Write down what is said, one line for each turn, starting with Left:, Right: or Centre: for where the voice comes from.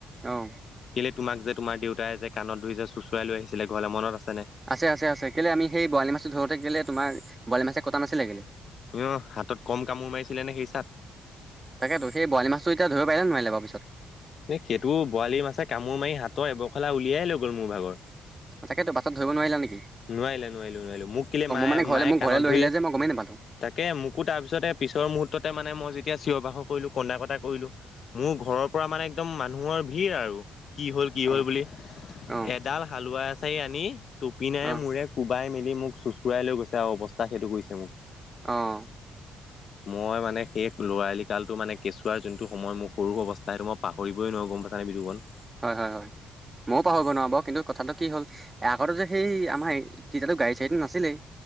Right: অ'
Left: কেলে তোমাক যে তোমাৰ দেউতাই যে, কাণত ধৰি যে চুচৰাই লৈ আহিছিলে, ঘৰলে মনত আ
Right: আছে-আছে-আছে, কেলে আমি সেই বৰালি মাছটো ধৰোতে, কেলে তোমাৰ বৰালি মাছছে কটা নাছিলে, কেলে
Left: অ, হাতত কম কামোৰ মাৰিছিলে নে সেই চাত
Right: তাকেটো, সেই বৰালি মাছটো এতিয়া ধৰিব পাৰিলে, নোৱাৰিলে বাৰু পিছত
Left: এ সেইটো বৰালি মাছে কামোৰ মাৰি হাতৰ এবৰখলা উলিয়াই লৈ গ'ল মোৰ ভাগৰ
Right: তাকে ত পাছত ধৰিব নোৱাৰিলো আমি
Left: নোৱাৰিলে নোৱাৰিলো নোৱাৰিলো মোক কেলে মায়ে
Right: মানে ঘৰলে
Left: মায়ে
Right: মোক
Left: কাণত
Right: ঘৰলে লৈ
Left: ধৰি
Right: আহিলে যে মই গমেই নাপালোঁ
Left: তাকে মোকো তাৰপিছতে পিছৰ মুহূৰ্ততে মানে মই এতিয়া চিঞবাসৰ কৰিলো কন্দা কটা কৰিলো মোৰ ঘৰৰ পৰা মানে একদম মানুহৰ ভিৰ আৰু কি হ'ল কি
Right: অ'
Left: হল বুলি
Right: অ'
Left: এডাল হালোৱা এচাৰি আনি পিনে
Right: অ'।
Left: মোৰে কোবাই মেলি মোক চোচুৰাই লৈ গৈছে আৰু অৱস্থা সেইটো কৰিছে মোক
Right: আহ
Left: মই মানে সেই লৰালি কালটো মানে কেঁচুৱাৰ যোনটো সময় মোৰ সৰু অৱস্থা সেইটো মই পাহৰিবই নোৱাৰো অ গম পাইছ নে বিদুপন -
Right: হয় হয় হয় ময়ও পাহৰিব নোৱাৰো ব কিন্তু কথাটো কি হল আগতে যে সেই আমাৰ তেতিয়াতো গাড়ী চাড়ীতো নাছিলেই